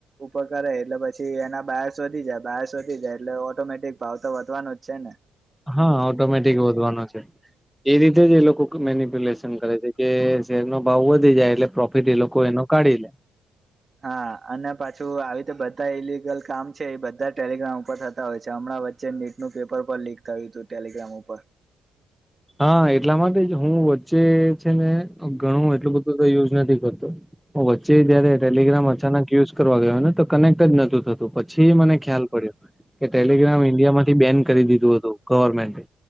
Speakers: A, on the right; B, in the centre.
A: ઉપર કરે એટલે પછી એના બાયર્સ વધી જાય બાયર્સ વધી જાય એટલે ઓટોમેટિક ભાવ તો વધવાનો જ છે ને
B: હાં ઓટોમેટિક વધવાનો છે. એ રીતે જ એ લોકો મેનપ્યુલેશન કરે છે કે શેરનો ભાવ વધી જાય એટલે પ્રોફિટ એ લોકો એનો કાઢી લે
A: હા અને પાછું આવી રીતે બધા ઈલિગલ કામ છે એ બધા ટેલિગ્રામ ઉપર થતા હોય છે હમણાં વ ચ્ચે નીટનું પેપર પર લીક થયું તુ ટેલિગ્રામ ઉપર
B: હા એટલા માટે જ હું વચ્ચે છેને ઘણું એટલું બધું તો યુઝ નથી કરતો હું વચ્ચે જયારે ટેલિગ્રામ અચાનક યુઝ કરવા ગયો હોય ને તો કનેક્ટ જ નતું થતું પછી મને ખ્યાલ પડ્યો કે ટેલિગ્રામ ઇન્ડિયા માંથી બેન કરી દીધું હતું ગવર્મેન્ટે